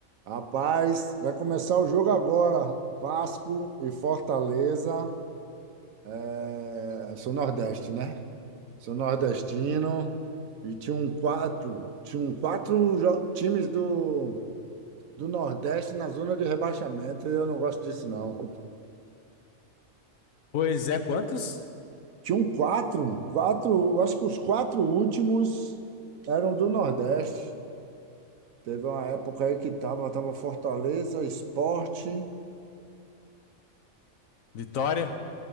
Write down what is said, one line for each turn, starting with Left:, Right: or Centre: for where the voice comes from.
Right: Rapaz, vai começar o jogo agora. Vasco e Fortaleza. É... Sou nordeste, né? Sou nordestino. E tinha um quatro, tinha um quatro jo- times do, do Nordeste na zona de rebaixamento. e Eu não gosto disso, não.
Left: Pois é, quantos?
Right: Tinha um quatro, quatro, eu acho que os quatro últimos eram do Nordeste. Teve uma época aí que tava, tava Fortaleza, Sport.
Left: Vitória?